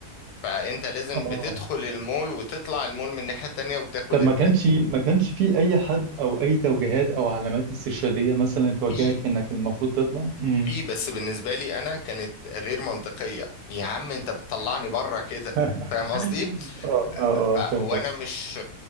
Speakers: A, on the left; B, on the right.
A: فانت لازم
B: اه
A: بتدخل المول وتطلع المول من الناحيه التانيه وبتاخد
B: طب
A: ال-
B: ما كانش ما كانش في اي حد او اي توجيهات او علامات استرشاديه مثلا توجهك
A: في
B: انك المفروض تطلع امم
A: في بس بالنسبه لي انا كانت غير منطقيه يا عم انت بتطلعني بره كده
B: <laughs>
A: فاهم
B: اه
A: قصدي
B: اه
A: ف
B: اه فهمتك
A: وانا مش